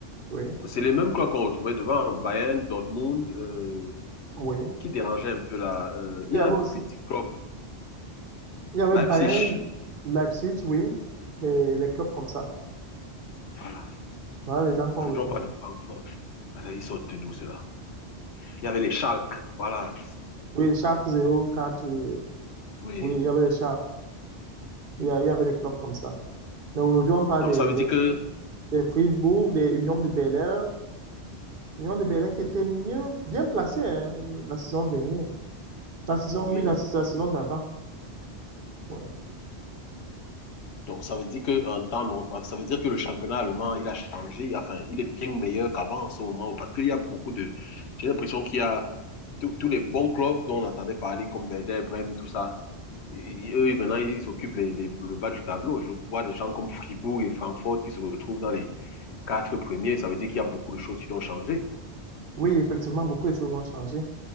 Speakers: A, on the right; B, on the left.
A: Oui,
B: c'est les mêmes clubs qu'on retrouvait devant, Bayern, Dortmund, euh,
A: oui.
B: qui dérangeait un peu là. euh,
A: Il
B: il y
A: y avait
B: a un
A: aussi...
B: petit club,
A: Il y avait
B: Leipzig,
A: Bayern, Leipzig, oui. Les, les clubs comme ça.
B: voilà.
A: Voilà les gens qu'on
B: Aujourd'hui,
A: retrouvait.
B: on parle de Francfort. Ah, Ils sortent d'où cela? Il y avait les Schalke, voilà.
A: Oui, les Schalke 04. euh,
B: Oui.
A: Oui, il y avait les Schalke. Il y a- il y avait des clubs comme ça. Mais aujourd'hui, on parle
B: Donc
A: des,
B: ça veut
A: des,
B: dire que
A: de Fribourg, de Union de Bel-Air. Union de Berlin qui était mieux, bien placé hein, la saison dernière. La saison,
B: oui.
A: oui, la, la saison d'avant. Ouais.
B: Donc ça veut dire que en temps norm- ah, ça veut dire que le championnat allemand, il a changé, enfin, il est bien meilleur qu'avant en ce moment parce qu'il y a beaucoup de j'ai l'impression qu'il y a tous tous les bons clubs dont on entendait parler comme Werder Bremen tout ça. Et eux, maintenant, ils occupent les- les- le bas du tableau. Je vois des gens comme Fribourg et Francfort qui se retrouvent dans les quatre premiers. Ça veut dire qu'il y a beaucoup de choses qui ont changé.
A: Oui, effectivement, beaucoup de choses ont changé.